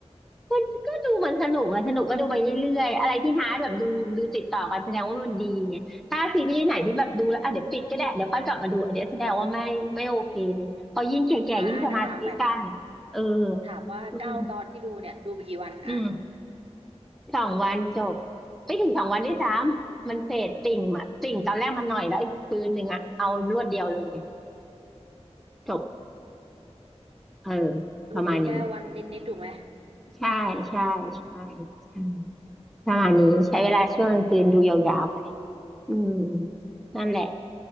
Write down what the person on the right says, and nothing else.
อ่าอ่ะนั้นถามไปถามว่าเก้าตอนที่ดูเนี่ยดูไปกี่วันอ่ะ
สรุปดูแค่วันนิดนิดถูกไหม